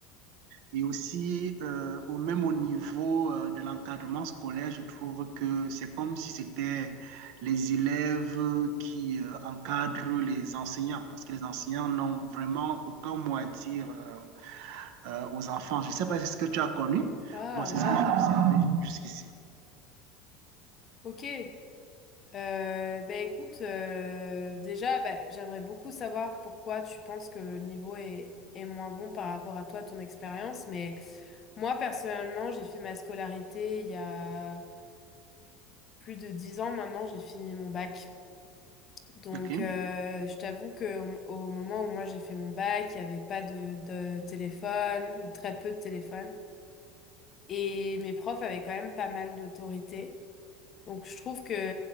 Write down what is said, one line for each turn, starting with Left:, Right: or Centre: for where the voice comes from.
Right: Et aussi, euh, au même au niveau euh, de l'encadrement scolaire, je trouve que c'est comme si c'était les élèves qui euh, encadrent les enseignants, parce que les enseignants n'ont vraiment aucun mot à dire euh, euh, aux enfants. Je ne sais pas si c'est ce que tu as connu.
Left: Ah,
Right: Moi, c'est
Left: waouh.
Right: ce que j'ai observé jusqu'ici.
Left: Ok. Euh, ben écoute, euh, déjà, ben, j'aimerais beaucoup savoir pourquoi tu penses que le niveau est, est moins bon par rapport à toi, ton expérience. Mais moi, personnellement, j'ai fait ma scolarité il y a plus de dix ans maintenant, j'ai fini mon bac. Donc,
Right: OK,
Left: euh, je t'avoue que au, au moment où moi j'ai fait mon bac, il n'y avait pas de, de téléphone ou très peu de téléphone. Et mes profs avaient quand même pas mal d'autorité. Donc, je trouve que